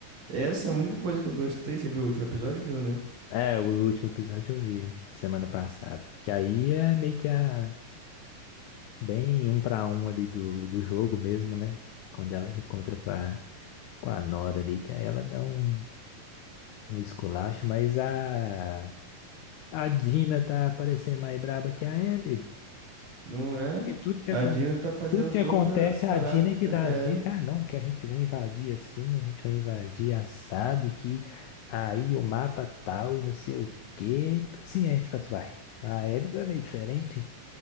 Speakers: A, on the right (about 50°); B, on the left (about 85°).
A: Essa é a única coisa que eu gostei. Você viu o último episódio, viu, né?
B: É, o último episódio eu vi semana passada. Que aí é meio que a... Bem um pra um ali do, do jogo mesmo, né? Quando ela encontra com a, com a Nora ali, que aí ela dá um... um esculacho, mas a, a Dina tá parecendo mais braba que a Ellie.
A: Não é?
B: Porque tudo que,
A: A
B: acon-
A: Dina tá fazendo
B: tudo que
A: todas
B: acontece,
A: as paradas
B: a Dina
A: melhor
B: é que dá
A: que
B: as
A: a
B: dicas.
A: Ellie.
B: Ah, não, que a gente vai invadir assim, a gente vai invadir assado, que aí o mapa tal e não sei o quê. Tipo assim, a gente fala assim, vai. Mas a Ellie tá meio diferente.